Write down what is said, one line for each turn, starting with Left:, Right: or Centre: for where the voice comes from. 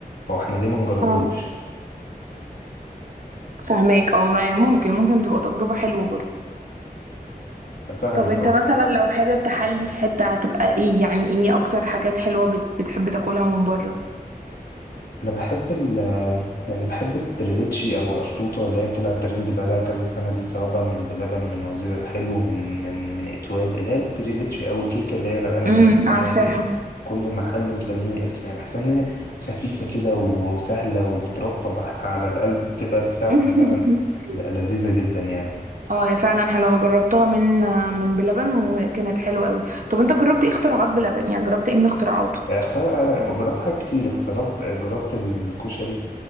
Left: فاحنا ليه ما نجربوش
Right: اه فاهماك اه ما- ممكن ممكن تبقى تجربة حلوة برضه
Left: فاهمك
Right: طب انت
Left: اه
Right: مثلا لو حابب تحلي في حتة هتبقى ايه يعني ايه اكتر حاجات حلوة بت- بتحب تاكلها من بره
Left: انا بحب ال يعني بحب التريليتشي او القشطوطه اللي هي طلعت ترند بقالها كذا سنه دي سواء بقى من بلبن من وزير الحلو من من من اتوال اللي هي التريليتشي او الكيكه اللي هي غرقانه باللبن
Right: امم
Left: لان
Right: عارفاها
Left: هو كل كل محل مسميه اسم يعني بحس ان هي خفيفه كده وسهله وبترطب <laughs> على القلب بتبقى فعلا
Right: <laughs>
Left: فعلا ل- لذيذه جدا يعني
Right: اه هي فعلا حلوه انا جربتها من من بلبن وكانت حلوه قوي طب انت جربت ايه اختراعات بلبن يعني جربت ايه من اختراعاته
Left: اختار جربت حاجات كتير اخترت جربت الكشري